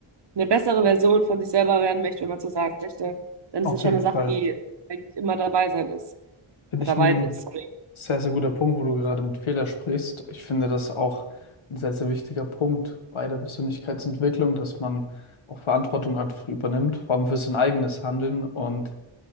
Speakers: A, on the right; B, on the left.
A: eine bessere Version von sich selber werden möchte, wenn man so sagen möchte, dann
B: Auf
A: ist das schon
B: jeden
A: eine
B: Fall.
A: Sache, die eigentlich immer dabei sein ist.
B: Finde
A: Dabei
B: ich ein
A: ist, sorry.
B: sehr, sehr guter Punkt, wo du gerade mit Fehler sprichst. Ich finde das auch ein sehr, sehr wichtiger Punkt bei der Persönlichkeitsentwicklung, dass man auch Verantwortung einfach übernimmt, vor allem für sein eigenes Handeln. Und